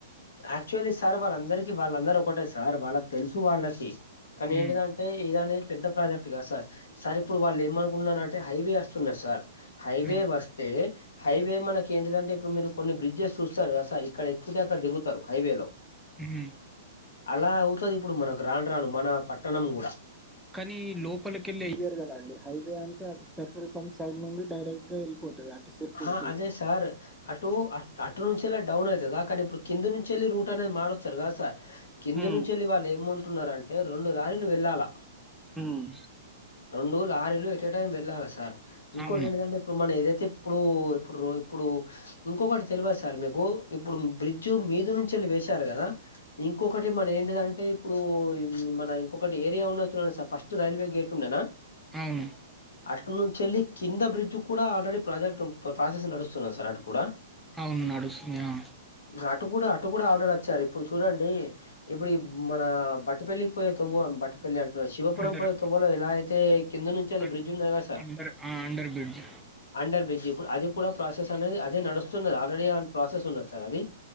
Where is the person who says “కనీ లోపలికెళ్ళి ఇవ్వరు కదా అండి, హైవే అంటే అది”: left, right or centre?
Centre